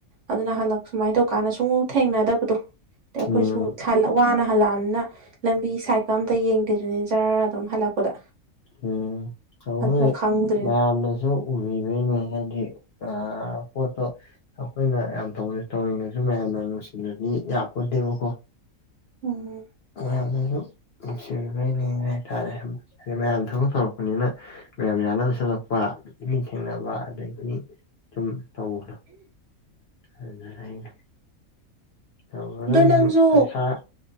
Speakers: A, on the right; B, on the left.
A: ꯑꯗꯨꯅ ꯍꯜꯂꯛ ꯁꯨꯃꯥꯏꯅ ꯇꯧꯀꯥꯟꯗ ꯁꯨꯡꯎ ꯊꯦꯡꯅꯗꯕꯗꯣ ꯑꯗꯥꯒꯤ ꯑꯈꯣꯏ
B: ꯎꯝ
A: ꯁꯨ ꯋꯥꯅ ꯍꯜꯂꯛꯑꯅꯤꯅ ꯂꯝꯕꯤ ꯁꯥꯏꯠꯀ ꯑꯝꯇ ꯌꯦꯡꯗꯦꯗꯨꯅꯤ ꯖꯔ ꯑꯗꯨꯝ ꯍꯜꯂꯛꯄꯗ
B: ꯎꯝ ꯇꯛꯕꯨꯗꯤ
A: ꯑꯗꯨꯅ ꯈꯪꯗ꯭ꯔꯦ
B: ꯃꯌꯥꯝꯅꯁꯨ ꯎꯕꯤꯕꯩꯅꯦ ꯍꯥꯏꯗꯤ ꯑ ꯄꯣꯠꯇꯣ ꯑꯈꯣꯏꯅ ꯌꯥꯝ ꯇ ꯇꯧꯅꯤꯡꯉꯥꯁꯨ ꯃꯌꯥꯝꯅ ꯅꯨꯡꯁꯤꯕꯤꯗꯔꯗꯤ ꯌꯥꯄꯣꯟꯇꯦꯕꯀꯣ
A: ꯎꯝ
B: ꯃꯌꯥꯝꯅꯁꯨ ꯅꯨꯡꯁꯤꯕꯤꯕꯩꯅꯤ ꯍꯥꯏꯇꯥꯔꯦ ꯍꯥꯏꯗꯤ ꯃꯌꯥꯝ ꯊꯕꯛ ꯇꯧꯔꯛꯄꯅꯤꯅ ꯃꯌꯥꯝ ꯌꯥꯅꯕ ꯆꯠꯂꯛꯄ ꯃꯤ ꯊꯦꯡꯅꯕ ꯑꯗꯒꯤ ꯁꯨꯝ ꯇꯧꯕꯗꯣ ꯑꯗꯨꯗꯩꯅꯦ ꯇꯧꯔꯗꯧꯅꯤ
A: ꯑꯗꯣ ꯅꯪꯁꯨ
B: ꯄꯩꯁꯥ